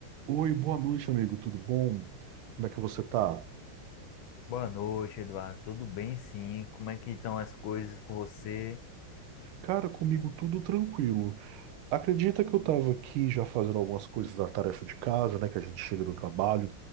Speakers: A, on the right; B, on the left.
A: Oi, boa noite, amigo. Tudo bom? Como é que você tá?
B: Boa noite, Eduardo. Tudo bem, sim? Como é que estão as coisas com você?
A: Cara, comigo tudo tranquilo. Acredita que eu tava aqui já fazendo algumas coisas da tarefa de casa, né? Que a gente chega do trabalho,